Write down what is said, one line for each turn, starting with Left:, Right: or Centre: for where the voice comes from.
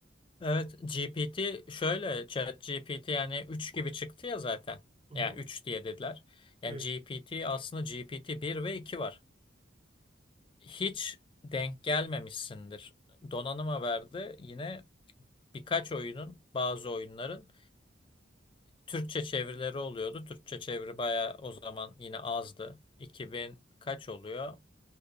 Left: evet GPT şöyle chat GPT yani 3 gibi çıktı ya zaten.
Right: Hı hı.
Left: Yani 3 diye dediler. Yani
Right: Evet.
Left: GPT aslında GPT bir ve 2 var. Hiç denk gelmemişsindir. Donanıma verdi yine birkaç oyunun bazı oyunların Türkçe çevirileri oluyordu. Türkçe çeviri bayağı o zaman yine azdı. iki bin kaç oluyor?